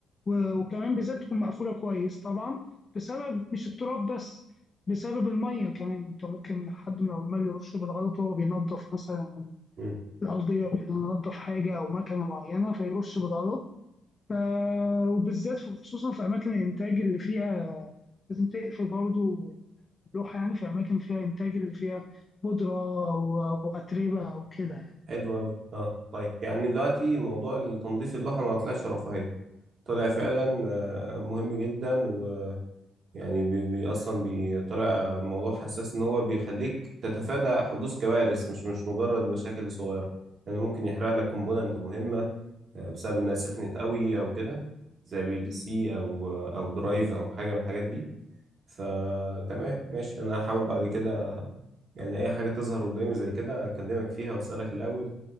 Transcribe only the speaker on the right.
مم.
حلو قوي اه طيب يعني دلوقتي موضوع التنظيف اللوحه ما طلعش رفاهيه طلع فعلا آه، مهم جدا ويعني بي بي اصلا بيطلع موضوع حساس ان هو بيخليك تتفادى حدوث كوارث مش مش مجرد مشاكل صغيره يعني ممكن يحرق لك كومبوننت مهمه آه، بسبب انها سخنت قوي او كده زي بي ال سي او آه، او درايف او حاجه من الحاجات دي فتمام ماشي انا هحاول بعد كده يعني اي حاجه تظهر قدامي زي كده اكلمك فيها واسالك الاول